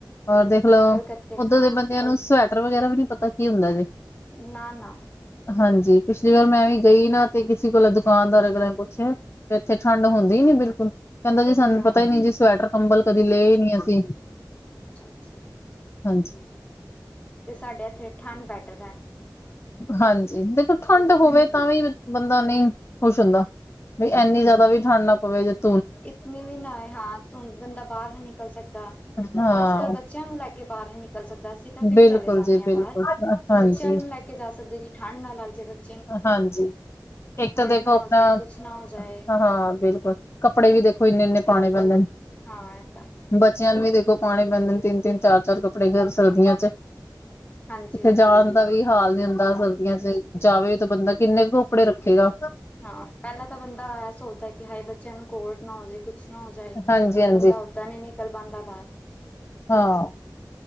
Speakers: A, on the left (about 35°); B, on the left (about 20°).
A: ਔਰ ਦੇਖ ਲਓ
B: ਕਲਕੱਤੇ
A: ਓਧਰ
B: ਹਾਂ
A: ਦੇ ਬੰਦਿਆਂ
B: ਕਲ
A: ਨੂੰ ਸਵੈਟਰ ਵਗੈਰਾ ਵੀ ਨੀ ਪਤਾ ਕੀ ਹੁੰਦਾ ਜੇ।
B: ਨਾ ਨਾ
A: ਹਾਂਜੀ ਪਿਛਲੀ ਵਾਰ ਮੈਂ ਵੀ ਗਈ ਨਾ, ਤੇ ਕਿਸੇ ਕੋਲ ਦੁਕਾਨਦਾਰ ਕੋਲੋ ਪੁੱਛਿਆ। ਤੇ ਏਥੇ ਠੰਡ ਹੁੰਦੀ ਨੀ ਬਿਲਕੁਲ। ਕੈਂਦਾ ਜੀ ਸਾਨੂੰ
B: ਹਾਂ
A: ਪਤਾ
B: ਹਾਂ
A: ਈ ਨੀ ਜੀ, ਸਵੈਟਰ ਕੰਬਲ ਕਦੀ ਲਏ ਈ ਨੀ ਅਸੀਂ।
B: ਅੱਛਾ -ਅੱਛਾ
A: ਹਾਂਜੀ।
B: ਤੇ ਸਾਡੇ ਏਥੇ ਠੰਡ ਬੈਟਰ ਐ।
A: ਹਾਂਜੀ ਦੇਖੋ ਠੰਡ ਹੋਵੇ ਤਾਂ, ਵੀ ਬੰਦਾ ਨਈ ਖੁਸ਼ ਹੁੰਦਾ। ਬ‌ਈ ਐਨੀ ਜਾਦਾ ਵੀ ਠੰਡ ਨਾ ਪਵੇ, ਜਿੱਥ-
B: ਇਤਨੀ ਵੀ ਨਾ ਆਏ ਹਾਂ, ਧੁੰਦ ਬੰਦਾ ਬਾਰ ਨੀ ਨਿਕਲ ਸਕਦਾ।
A: ਹਾਂ
B: ਖਾਸ ਕਰ ਬੱਚਿਆਂ ਨੂੰ ਲੈ ਕੇ ਬਾਰ ਨੀ ਨਿਕਲ ਸਕਦਾ। ਅਸੀਂ ਤਾਂ ਫਿਰ
A: ਬਿਲਕੁਲ
B: ਚਲੇ ਜਾਂਦੇ
A: ਜੀ
B: ਆਂ
A: ਬਿਲਕੁਲ
B: ਬਾਰ।
A: ਹਾਂਜੀ।
B: ਬੱਚਿਆਂ ਨੂੰ ਲੈ ਕੇ- ਕੇ ਜਾ ਸਕਦੇ ਕੀ ਠੰਡ ਨਾ ਲੱਗ ਜੇ ਬਚ-
A: ਹਾਂਜੀ ਇੱਕ ਤਾਂ ਦੇਖੋ
B: ਨਾ
A: ਆਪਣਾ
B: ਹੋ ਜਾਏ ਕੁਛ ਨਾ ਹੋ ਜਾਏ
A: ਹਾਂ ਬਿਲਕੁਲ। ਕੱਪੜੇ ਵੀ ਦੇਖੋ ਏਨੇ- ਏਨੇ ਪਾਣੇ ਪੈਂਦੇ ਨੇ।
B: ਹਾਂ ਐ ਤਾਂ ਹੈ।
A: ਬੱਚਿਆਂ ਨੂੰ ਵੀ ਦੇਖੋ ਪਾਣੇ ਪੈਂਦੇ ਨੇ ਤਿੰਨ- ਤਿੰਨ, ਚਾਰ -ਚਾਰ ਕੱਪੜੇ ਸਰਦੀਆਂ' ਚ।
B: ਹਾਂਜੀ
A: ਕਿੱਤੇ
B: ਹਾਂਜੀ।
A: ਜਾਣ ਦਾ ਵੀ ਹਾਲ- ਜੀਦਾ ਸਰਦੀਆਂ' ਚ, ਜਾਵੇ ਤਾਂ ਬੰਦਾ ਕਿੰਨੇ ਕੁ ਕੱਪੜੇ ਰੱਖੇਗਾ।
B: ਹਾਂ ਪੈਲਾਂ ਤਾਂ ਬੰਦਾ ਐ ਸੋਚਦਾਕਿ, ਹਾਏ ਬੱਚਿਆਂ ਨੂੰ ਕੋਲਡ ਨਾ ਹੋ ਜੇ ਕੁਛ- ਹੋ ਜਾਏ
A: ਹਾਂਜੀ ਹਾਂਜੀ
B: ਬੰਦਾ ਓਦਾਂ ਨੀ ਨਿਕਲ ਪਾਂਦਾ ਬਾਰ।
A: ਹਾਂ